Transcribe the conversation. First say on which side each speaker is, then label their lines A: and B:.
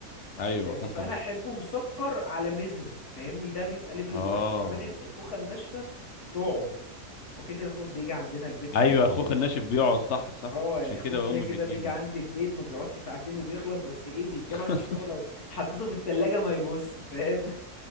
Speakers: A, on the left; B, on the left.
A: ايوه
B: فاهمني
A: حصل
B: فانا احبه مسكر على ميزز فاهمني ده بيبقى ليفل
A: اه
B: الوحش وكمان ال- الخوخه الناشفه تقعد اوكي كده خوخ بيجي عندنا البيت ما
A: ايوه
B: بيقعدش
A: اخوخ الناشف بيقعد صح صح
B: اه يعني
A: عشان
B: خوخ
A: كده
B: كده
A: امي
B: كده
A: بتجيبه
B: بيجي عندي البيت ما بيقعدش ساعتين وبيخلص بس ايه بيتجاب
A: <laughs>
B: على اساس ان هو لو حطيته في التلاجة ما يبص فاهم